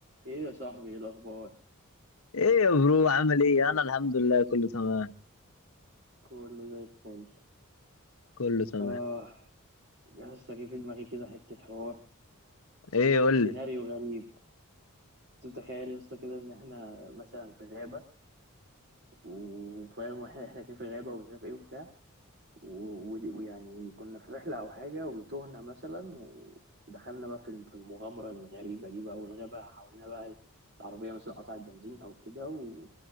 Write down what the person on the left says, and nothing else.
ايه يا برو عامل ايه انا الحمد لله كله تمام
كله تمام
ايه قول
لي